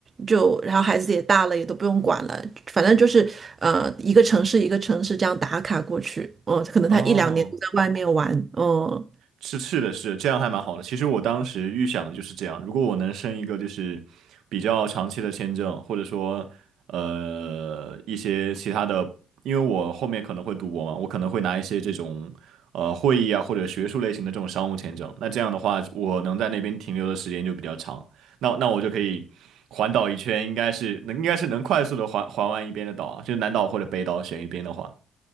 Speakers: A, on the right (about 35°); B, on the right (about 80°).
A: 就然后孩子也大了，也都不用管了，反正就是呃一个城市一个城市这样打卡过去，嗯，可能他一两年都在外面玩，
B: 哦。
A: 嗯，
B: 是是的是这样还蛮好的。其实我当时预想的就是这样，如果我能申一个就是比较长期的签证，或者说呃一些其他的，因为我后面可能会读博嘛，我可能会拿一些这种呃会议啊或者学术类型的这种商务签证。那这样的话，我能在那边停留的时间就比较长，那那我就可以环岛一圈，应该是能应该是能快速的环环完一边的岛啊就南岛或者北岛选一边的话。